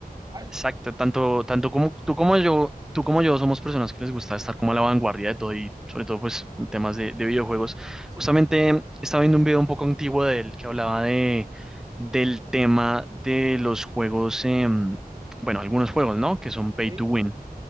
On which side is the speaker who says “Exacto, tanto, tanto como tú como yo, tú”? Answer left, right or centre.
Centre